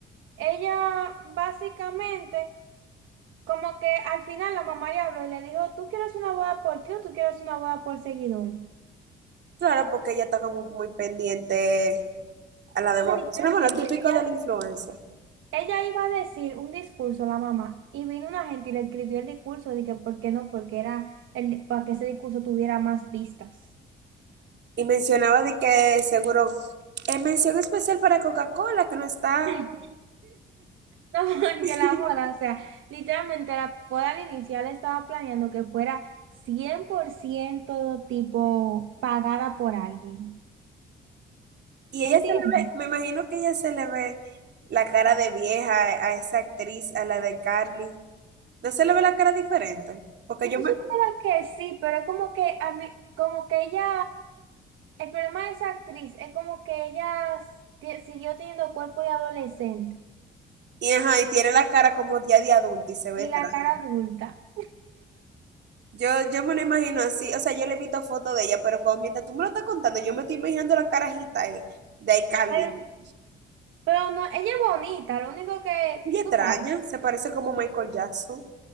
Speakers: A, on the right (about 85°); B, on the right (about 60°).
A: Ella básicamente, como que al final la mamá le habló y le dijo, ¿tú quieres una boda por ti o tú quieres una boda por seguidores?
B: Claro, porque ella está como muy pendiente a la demás
A: O sea, literalmente,
B: persona, bueno, típico
A: ella,
B: del influencer.
A: ella iba a decir un discurso, la mamá, y vino una gente y le escribió el discurso, dije, ¿por qué no? Porque era el, para que ese discurso tuviera más vistas.
B: Y mencionaba de que seguro es mención especial para Coca-Cola, que no está.
A: <laughs> No, porque
B: <laughs>
A: la boda, o sea, literalmente la boda al inicial estaba planeando que fuera 100% tipo pagada por alguien.
B: Y
A: ¿Entiendes?
B: ella se le ve, me imagino que ella se le ve la cara de vieja a a esa actriz, a la de Carly. No se le ve la cara diferente, porque
A: Si
B: yo
A: tú
B: me...
A: supieras que sí, pero es como que, a mí- como que ella, el problema de esa actriz es como que ella s- tie- siguió teniendo cuerpo de adolescente
B: Y, ajá, y tiene la cara como ya de adulta y se ve
A: y
B: extraña.
A: la cara adulta.
B: Yo, yo me lo imagino así, o sea, yo le he visto fotos de ella, pero cuando mientras tú me lo estás contando, yo me estoy imaginando la carajita eh, de iCarly.
A: Eh, Pero no, ella es bonita, lo único que
B: Y extraña,
A: tú sabes.
B: se parece como Michael Jackson.